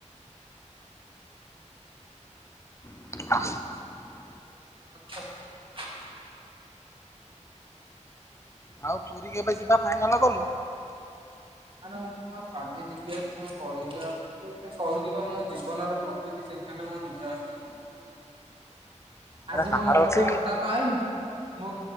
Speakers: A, on the left; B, on the right.
A: <unintelligible>
B: <unintelligible>
A: ଆଉ ପୁରୀ କେବେ ଯିବା ଫାଇନାଲ କଲୁ?
B: ଆରେ ମୁଁ କଣ କାଲି ଯିବି ଆରି କଣ କହିବି ତତେ କହିଲି ପା ମୋ ଜୀବନର ପ୍ରତିଟି ସେ ସେକେଣ୍ଡ ମୋ ନିଜ ହାତରେ ନାହିଁ।
A: ଏଟା
B: ଆଜି
A: କାହାର
B: ମୋ ମଉସା
A: ଅଛି
B: ହଠାତ ଆଇଲେ ମୁଁ